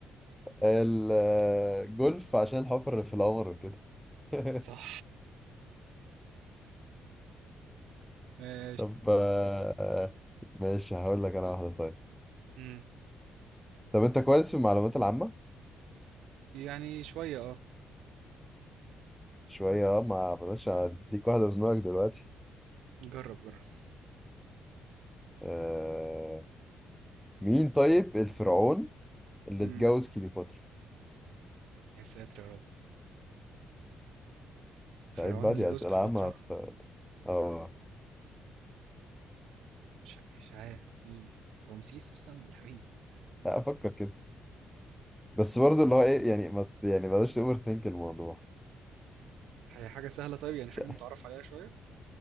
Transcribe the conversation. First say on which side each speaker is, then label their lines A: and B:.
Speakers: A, in the centre; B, on the right.
A: الجولف عشان الحفر في القمر وكده <laughs>
B: صح ماشي
A: طب آه، ماشي هقول لك انا واحده طيب
B: مم.
A: طب انت كويس في المعلومات العامه
B: يعني شوية اه
A: شويه اه ما بلاش اديك واحده ازنقك دلوقتي
B: جرب جرب
A: آه، مين طيب الفرعون اللي
B: مم.
A: اتجوز كليوباترا
B: يا ساتر يا رب فرعون
A: طيب بقى
B: اللي
A: دي
B: جوز
A: أسئلة
B: كليوباترا
A: عامة في اه
B: مش مش عارف مين رمسيس مثلا ولا مين
A: لا أفكر كده بس برضه اللي هو إيه يعني ما ت- يعني بلاش تأوفر ثينك الموضوع
B: هي حاجة سهلة طيب يعني حاجة
A: مش-
B: متعرف عليها شوية